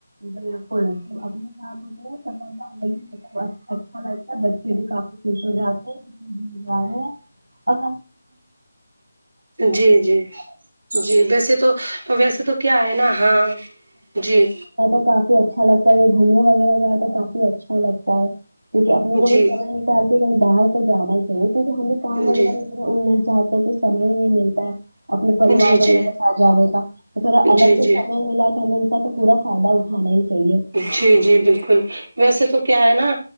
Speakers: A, on the right; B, on the right.
A: بالکل سب اپنے ساتھ ہوتے سفتا ملب اچھا لگتا ہے بچے بھی کافی خوش ہو جاتے ہیں بھیجو <inaudible> <inaudible> تو
B: جی جی جی ویسے تو ویسے تو کیا ہے نا ہاں جی
A: کافی اچھا لگتا ہے گھومنے وغیرہ جاؤ تو کافی اچھا لگتا ہے کیونک اپنے کو
B: جی
A: بھی سمے چل کے کہیں باہر تو جانا ہے تو ہم بھی کام وغیرہ
B: جی
A: میںنا انا چاہتے ہیں تو سمے ہی نہیں ملتا ہے اپنے پریوار
B: جی
A: وغیرہ
B: جی
A: کا آ جانے کا تو تھوڑا الگ
B: جی
A: سے
B: جی
A: سمے ملا تو ہمیں ان کا پورا فائدہ اٹھانا ہی چاہیے
B: جی جی بالکل ویسے تو کیا ہے نا